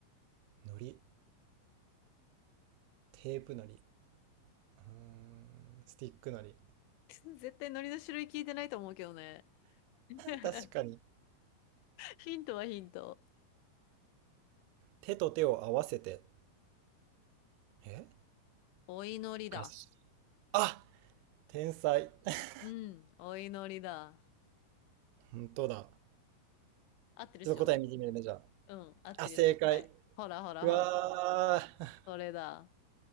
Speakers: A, on the right; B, on the left.
A: 海苔。テープ海苔。うーん、スティック海
B: <laughs> 絶対のりの種類聞いてないと思うけどね。<laughs>
A: 苔。確かに。
B: ヒントはヒント。
A: 手と手を合わせて。え
B: お祈りだ。
A: ガシ。あ天才。<laughs>
B: うん。お祈りだ。
A: 本当だ。
B: 合ってるでしょ
A: ちょっと答え見てみるね、じゃ
B: うん。合ってるよ、
A: あ。あ、正解。
B: 絶対。ほらほらほら。
A: うわー。
B: それだ。